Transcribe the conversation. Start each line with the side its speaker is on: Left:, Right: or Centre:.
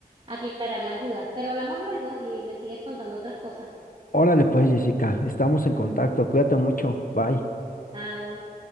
Right: aclarar las dudas. Pero hablamos luego y me sigues contando otras cosas.
Left: Órale pues, Jessica, estamos en
Right: <laughs>
Left: contacto. Cuídate mucho. Bye.
Right: Chao.